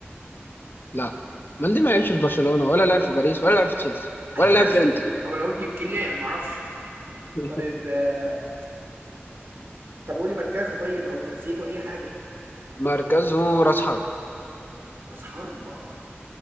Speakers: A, on the left (about 50°); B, on the right (about 65°).
A: لا مالدي ما لعبش في برشلونة ولا لعب في باريس ولا لعب في تشيلسي
B: <laughs>
A: ولا لعب في
B: مش-
A: انتر
B: أما انا قلت يمكن لاعب معرفش
A: <laughs>
B: طيب آه، طب قولي مركزه طيب او جنسيته اي حاجه
A: مركزه راس حربة
B: راس حربة